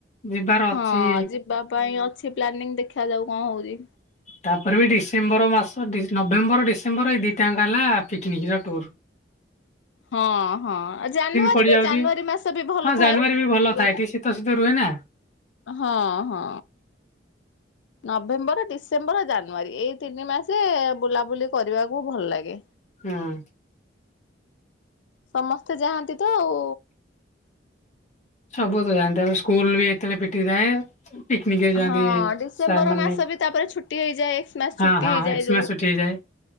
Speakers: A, on the left; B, on the left.
A: ଯିବାର ଅଛି।
B: ହଁ ଯିବା ପାଇଁ ଅଛି। କି ପ୍ଲାନିଂ ଦେଖା ଯାଉ କଣ ହଉଛି?
A: ତାପରେ ବି ଡିସେମ୍ବର ମାସ ନଭେମ୍ବର, ଡିସେମ୍ବର ଏଇ ଦିଟାଙ୍କା ହେଲା ପିକ୍ ନିକ୍ ର ଟୁୁର।
B: ହଁ ହଁ ଆ ଜାନୁଆରୀ
A: ପଡିଯାଉଛି
B: ବି ଜାନୁଆରୀ ମାସ ବି ଭଲ
A: ହଁ
B: ଥାଏ
A: ଜାନୁଆରୀ
B: ଯିବାକୁ।
A: ବି ଭଲ ଥାଏ ଏଠି ଶୀତ ଶୀତ ରୁହେ ନା
B: ହଁ ହଁ ନଭେମ୍ବର, ଡିସେମ୍ବର, ଜାନୁଆରୀ, ଏଇ ତିନି ମାସେ ବୁଲାବୁଲି କରିବାକୁ ଭଲ ଲାଗେ।
A: ହଁ ଅ
B: ସମସ୍ତେ ଯାଆନ୍ତି ତ ଆଉ।
A: ସବୁ ତ ଜାଣିଥା ସ୍କୁଲ ବି ଏତେବେଳେ ଫିଟି ଥାଏ। ପିକନିକ ରେ ଯାଆନ୍ତି।
B: ହଁ ଡିସେମ୍ବର
A: ସାର୍ ମାନେ
B: ମାସ ବି ତାପରେ ଛୁଟି ହେଇଯାଏ ଏକ୍ସ ମାସ
A: ହଁ
B: ଛୁଟି
A: ହଁ
B: ହେଇଯାଏ
A: ଏକ୍ସମାସ
B: ଯୋଉ।
A: ଛୁଟି ହେଇଯାଏ